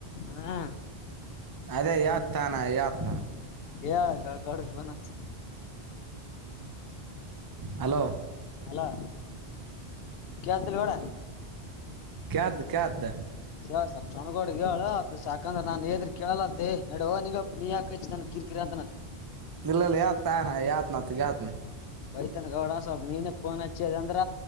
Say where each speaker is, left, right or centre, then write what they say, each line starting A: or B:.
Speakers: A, on the left; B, on the right.
A: ಹಾ
B: ಅದೇ ಹೇಳ್ತನ ಹೇಳ್ತಿನ್ ನಿಂಗ್.
A: ಹೇಳ್ ಗೌಡ್ ಗೌಡಗ್ ಫೋನ್ ಹಚ್ಚಿ.
B: ಹಲೋ
A: ಹಲೋ ಕೇಳ್ತತಿಲ್ಲ ಗೌಡ.
B: ಕೇಳ್ದ ಕೇಳ್ದ.
A: ಹೇಳ ಸ್ವಲ್ಪ್ ಶಣ್ಣ ಗೌಡಗ್ ಹೇಳ್ ಸಾಕಂದ್ರ ನಾನ್ ಹೆಳಿದ್ರ ಕೇಳಲ್ಲಂತಿ ನಡುುವೋ ನಿಂಗಪ್ಪ ನೀ ಯಾಕ ಹಚ್ಚಿದ ನಂಗ್. ಕಿರಿ ಕಿರಿ ಅಂತಾನಂತ್.
B: ನಿಲ್ಲಲೇ ಅತ್ತನಾ ನಾ ಹೇಳ್ತನ್ ಅತ್ತಗ ಹೇಳ್ತನ್.
A: ಬೈತನ ಗೌಡ ಸ್ವಲ್ಪ ನೀನೆ ಪೋನ್ ಹಚ್ಚಿ ಹೇಳ್ದ ಅಂದ್ರ